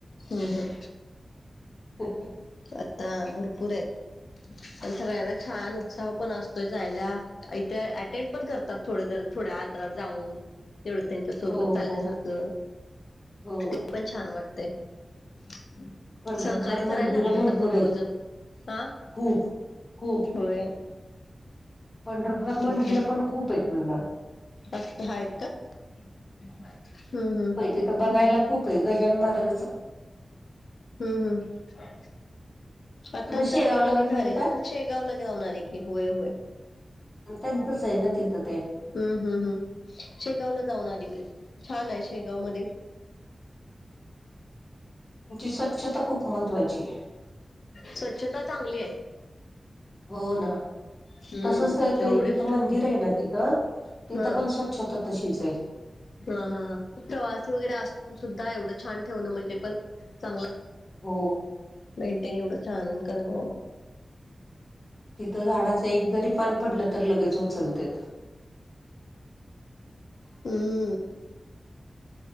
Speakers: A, on the left; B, on the left.
A: हम्म हम
B: <inaudible>
A: आता भरपूर आहेत पण सगळ्यांना छान उत्साह पण असतो जायला इथे अटेंड पण करतात थोड जर थोड्या अंतरावर जाऊन तेवढं त्यांच्या सोबत
B: हो
A: चालल्यासारखं
B: हो हो
A: ते पण छान वाटते <inaudible> <unintelligible>
B: पंढरपुरात
A: सहकार्य करायला
B: मंदिरं
A: लागले आता भरपूर
B: आहेत
A: जण हा
B: खूप खूप
A: होय
B: पंढरपुरात
A: तेच
B: मंदिर
A: की
B: पण खूप आहेत म्हणलं
A: आहेत का हम्म हम्म
B: तिथे बघायला खूप आहे गजानन महाराज
A: हम्म हम्म आता
B: तुम्ही
A: आता
B: शेगावला
A: नवीन नवीन
B: वगैरे
A: झालेलं
B: गेलता?
A: का शेगावला जाऊन आली की होय होय
B: त्यांचं आहे ना तिथं ते
A: हम्म हम्म हम् शेगावला जाऊन आली मी छान आहे शेगाव मध्ये
B: त्यांची स्वच्छता खूप महत्त्वाची
A: स्वच्छता चांगली आहे
B: हो ना
A: हम्म
B: तसच
A: एवढे
B: इथं मंदिर ना तिथं तिथं
A: हा
B: पण स्वच्छता तशीच आहे
A: हा हा हा प्रवासी वगैरे असून सुद्धा एवढं छान ठेवणं म्हणजे पण चांगलं
B: हो
A: मेंटेन एवढं छान करणं
B: तिथं झाडाचं एक जरी पान पडलं तर लगेच उचलतात
A: हम्म